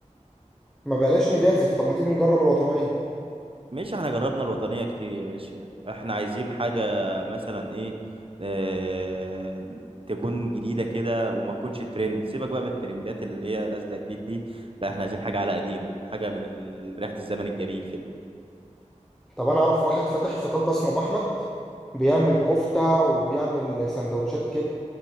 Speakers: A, in the centre; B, on the right.
A: ما بلاش نجازف طب ما تيجي نجرب الوطنية
B: ماشي احنا جربنا الوطنية كتير يا باشا احنا عايزين حاجة مثلا ايه اه تكون جديدة كده وما تكونش ترند سيبك بقى من الترندات اللي هي نازلة جديد دي لا احنا عايزين حاجة على قديمه حاجة من ال- ريحة الزمن الجميل كده
A: طب انا اعرف واحد فاتح في طنطا اسمه ابو احمد بيعمل كفتة وبيعمل سندوتشات كبدة